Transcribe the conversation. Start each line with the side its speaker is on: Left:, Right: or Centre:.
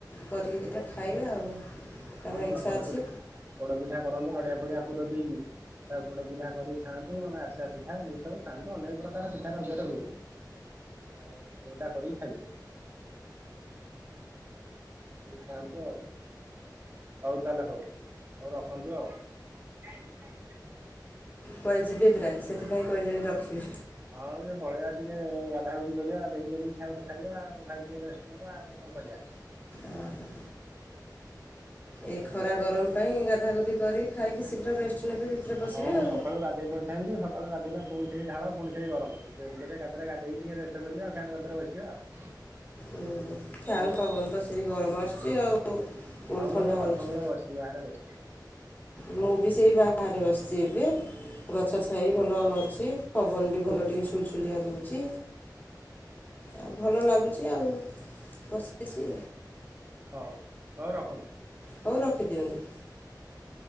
Left: କରିକି ଦୁଇଟା ଖାଇବା ଆଉ କାରଣ
Right: ହ ନ
Left: ଇଚ୍ଛା
Right: ନା ପୋଡପଠା
Left: ଅଛି
Right: ପୋଡପିଠା କରନ୍ତୁ ନଡିଆ ଫଡିଆ ପୁର ଦେଇକି ଆଉ ପୋଡପିଠା କରିକି ଖାଆନ୍ତୁ ନାନେ ଆରସା ପିଠା ଏମ ସବୁ ଖାନ୍ତୁ ଅନେକ ପ୍ରକାର ପିଠା ରଜରେ ହୁଏ। ଆଉ ଯୋଉଟା କରିକି ଖାଇପାରନି କରିକି ଖାଆନ୍ତୁ ଆଉ ହଉ ତାହେଲେ ହଉ ହଉ ରଖନ୍ତୁ ଆଉ ଆ <unintelligible>
Left: କୁଆ ଯିବେ ପ୍ରାୟ ସେଥିପାଇଁ କହିଲେଣି ରଖିବି
Right: ହଁ ସେ ପଳେଇଆ ଟିକେ ଗାଧା ଗୁଧି କରିବା ଗାଧା ହେଇକି ତାପରେ ଖାଇବା ଆଉ ଖାଇକି ରେଷ୍ଟ ନବା ଆଉ କଣ କରିବା
Left: ଓହୋ
Right: କଣ
Left: ଏ
Right: କରିବା
Left: ଖରା ଗରମ ପାଇଁ ଗାଧା ଗୁଧି କରି ଖାଇକି ଶୀଘ୍ର ରେଷ୍ଟ ନେବେ ଭିତରେ ପଶିବେ
Right: ହଁ ମୁଁ
Left: ଆଉ
Right: ସକାଳୁ ଗାଧେଇ ପଡିଥାନ୍ତି ଯେ ସକାଳୁ ଗାଧିଇଲେ ପୁଣି ସେଇ ଝାଳ ପୁଣି ସେଇ ଗରମ ଏମତିରେ ଏକାଥରେ ଗାଧେଇକି ଟିକେ ରେଷ୍ଟ କରିବା ଫ୍ୟାନ୍ ଗାତରେ ବସିବା ଆଉ
Left: ଓହୋ ଫ୍ୟନ୍
Right: ମୁଁ ଏବେ
Left: ପବନ ତ ସେଇ ଗରମ ଆସୁଛି ଆଉ କେଉଁଠି
Right: ହଁ
Left: ଥଣ୍ଡା
Right: ମୁଁ ଏବେ
Left: ହେଉଛି
Right: ଗଛ ମୂଳେ ବସିଛି ବାହାରେ ବସିଛି
Left: ମୁଁ ବି ସେଇ ବାହାରେ ବସିଛି ଏବେ ଗଛ ଛାଇ ଭଲ ଅଛି ପବନ ବି ଭଲ ଟିକେ ସୁଲସୁଲିଆ ଦଉଛି ଆ
Right: ହଉ
Left: ଭଲ ଲାଗୁଛି ଆଉ ବସିଛି
Right: ହଉ ହଉ ରଖନ୍ତୁ।
Left: ହଉ ରଖିଦିଅନ୍ତୁ